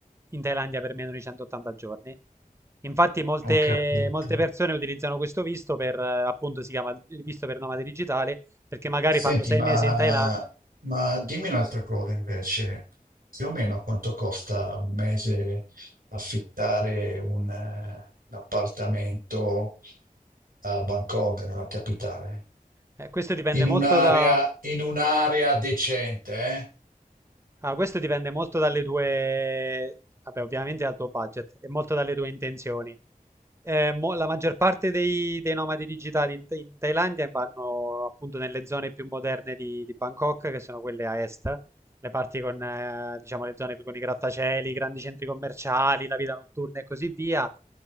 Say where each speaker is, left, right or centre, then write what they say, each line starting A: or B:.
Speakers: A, on the right (about 20°); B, on the right (about 85°).
A: in Thailandia per meno di 180 giorni. Infatti molte,
B: ho capito.
A: molte persone utilizzano questo visto per, eh, appunto, si chiama visto per nomadi digitali, perché magari
B: Senti,
A: fanno sei
B: ma,
A: mesi in Thailandia.
B: ma dimmi un'altra cosa invece. Più o meno quanto costa un mese affittare un, eh, un appartamento a Bangkok, nella capitale?
A: Eh, questo dipende
B: In
A: molto
B: un'area,
A: da,
B: in un'area decente, eh?
A: Ah, questo dipende molto dalle tue, vabbè, ovviamente dal tuo budget e molto dalle tue intenzioni. Eh, mo- la maggior parte dei, dei nomadi digitali in, in Thailandia vanno appunto nelle zone più moderne di, di Bangkok, che sono quelle a est, le parti con, eh, diciamo, le zone più con i grattacieli, i grandi centri commerciali, la vita notturna e così via.